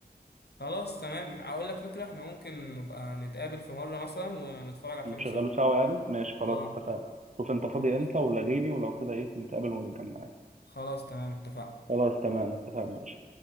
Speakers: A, on the left; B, on the right.
A: خلاص تمام اقول لك فكره احنا ممكن نبقى نتقابل في مره مثلا ونتفرج على
B: نشغله
A: فيلم سوا
B: سوا يعني ماشي خلاص
A: اه
B: اتفقنا شوف انت فاضي
A: خلاص
B: امتى ولغيني ولو كده ايه نتقابل ونتجمع يعني.
A: خلاص تمام اتفقنا
B: خلاص تمام اتفقنا يا باشا